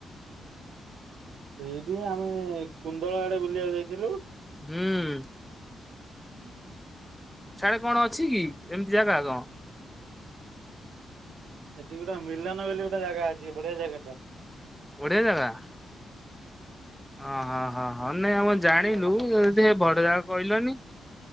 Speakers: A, on the right (about 75°); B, in the centre.
A: ସେଇଠି ଆମେ କୁନ୍ଦଳ ଆଡେ ବୁଲିବାକୁ ଯାଇଥିଲୁ
B: ହୁଁ।
A: ହୁଁ ହୁଁ।
B: ସିଆଡ଼େ କଣ ଅଛି କି ଏମିତି ଜାଗା କଣ?
A: ସେଠି ଗୋଟେ ମିଲନ ବୋଲି ଗୋଟେ ଜାଗା ଅଛି ବଢିଆ ଜାଗା ଟା
B: ବଢ଼ିଆ ଜାଗା? ଓହଁ ହଁ ହଁ ନାଇଁ ଆମ ଜାଣିଲୁ
A: ଅଛି ଭଲ ମନ୍ଦିର
B: ଯଦି ଭରଦା କହିଲନି